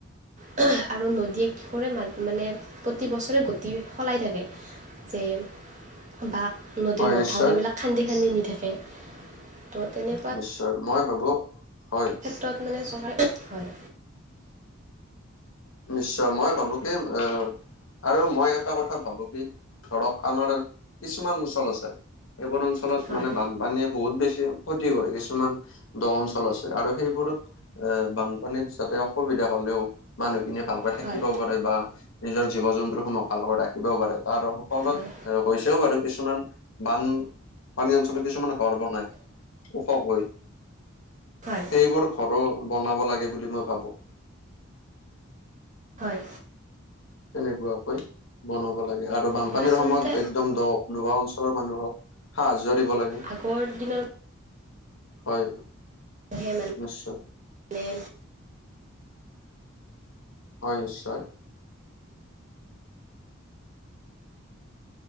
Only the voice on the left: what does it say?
হয়
নিশ্চয়
নিশ্চয়, মই ভাবোঁ, হয়।
নিশ্চয় মই ভাবো কি, আহ আৰু মই এটা কথা ভাবো কি ধৰক আমাৰ কিছুমান অঞ্চল আছে এইবোৰ অঞ্চলত
মানে বান- পানীয়ে বহুত বেছি ক্ষতি কৰে, কিছুমান দ অঞ্চল আছে আৰু সেইবোৰত এ বানপানীত যাতে অসুবিধা হলেও মানুহখিনিয়ে ভালকৈ থাকিবও
পাৰে বা - নিজৰ জীৱ জন্তুসমূহ ভালক ৰাখিবও পাৰে তাৰ সফত
এ হৈছেও বাৰু কিছুমান। বান পানী অঞ্চলত কিছুমান ঘৰ বনাই ওখকৈ
সেইবোৰ ঘৰ‌ও বনাব লাগে বুলি মই ভাবো।
তেনেকুৱাকৈ বনাব লাগে, আৰু বানপানীৰ
সময়ত একদম দ- দুবা অঞ্চলৰ মানুহক সাহায্য দিব লাগে,
হয়।
নিশ্চয়।
হয় নিশ্চয়।